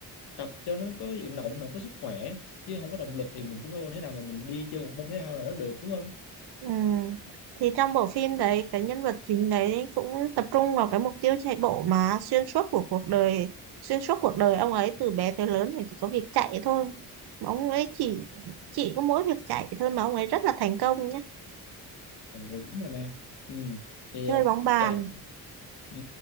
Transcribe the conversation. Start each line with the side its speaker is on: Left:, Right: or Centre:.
Left: tập cho nó có vận động là có sức khỏe chứ không có động lực thì mình cũng đâu có thể nào mà mình đi chơi một môn thể thao nào đó được đúng không
Right: Ừ. Thì trong bộ phim đấy cái nhân vật chính đấy cũng tập trung vào cái mục tiêu chạy bộ mà xuyên suốt của cuộc đời xuyên suốt cuộc đời ông ấy từ bé tới lớn thì chỉ có việc chạy thôi mà ông ấy chỉ chỉ có mỗi việc chạy thôi mà ông ấy rất là thành công nhé
Left: ừ, đúng rồi nè ừ. thì
Right: chơi
Left: ờ,
Right: bóng bàn
Left: chạy ừ